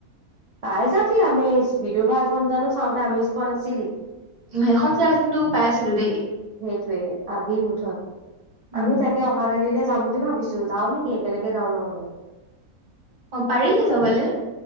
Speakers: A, on the right; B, on the right.
A: পাই যাবি আমেজ বিদুৰ ভাই এখন জানো চাওঁতে আমেজ পোৱা নাছিলি।
B: সেইখন চাই কিন্তু পাই আছিলোঁ দেই।
A: সেইটোৱে আবি মুঠত।
B: উম
A: আমি তাকে অহাকালিৰে। যাম বুলি ভাবিছোঁ যাওঁ নেকি একেলগে যাওঁ নহ'লে।
B: অ পাৰি যাবলে।